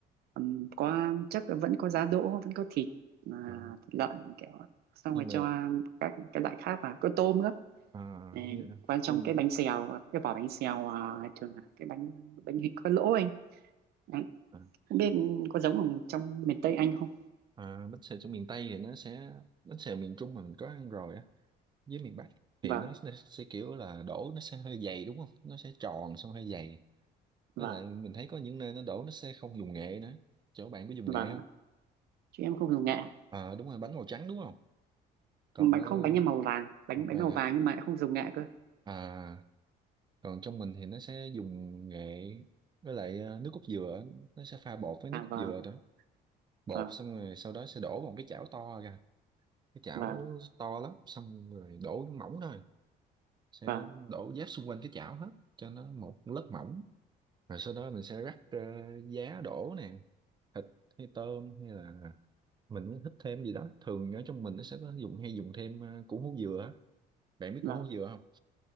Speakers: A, on the right; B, on the right.
A: ừm, có chắc là vẫn có giá đỗ, vẫn có thịt, à,
B: Ờ,
A: thịt lợn kiểu xong
B: nhưng
A: rồi
B: mà
A: cho các cái loại khác vào, có tôm nữa.
B: ờ,
A: Ừ,
B: như
A: Qua trong
B: nhưng,
A: cái bánh xèo, cái vỏ bánh xèo à, thường là cái bánh bánh hình có lỗ anh. Đấy.
B: ờ,
A: Không biết có giống ở trong miền Tây Anh không?
B: ờ, bánh xèo trong miền Tây thì nó sẽ bánh xèo miền Trung mà mình có ăn rồi á với miền Bắc
A: Vâng,
B: thì nó, nó sẽ kiểu là đổ nó sẽ hơi dày đúng không? Nó sẽ tròn xong hơi dày. Với
A: vâng,
B: lại mình thấy có những nơi nó đổ nó sẽ không dùng nghệ nữa. Chỗ bạn có dùng
A: vâng.
B: nghệ không?
A: Chứ em không dùng nghệ.
B: Ờ đúng rồi bánh màu trắng đúng không? Còn
A: Bánh
B: ờ,
A: không bánh em màu vàng, bánh
B: màu
A: bánh
B: vàng
A: màu
B: hả?
A: vàng nhưng mà lại không dùng nghệ cơ.
B: à còn trong mình thì nó sẽ dùng nghệ với lại ờ, nước cốt dừa nó sẽ pha bột với nước
A: À
B: cốt
A: vâng,
B: dừa đó bột
A: vâng,
B: xong rồi sau đó sẽ đổ vào một cái chảo to ra cái chảo
A: vâng,
B: to lắm xong rồi đổ mỏng thôi sẽ
A: vâng,
B: đổ giáp xung quanh cái chảo hết cho nó một lớp mỏng rồi sau đó mình sẽ rắc ờ, giá đổ nè thịt hay tôm hay là mình thích thêm gì đó thường ở trong mình nó sẽ có dùng hay dùng thêm ờ, củ hú dừa á. bạn biết
A: vâng.
B: củ hú dừa không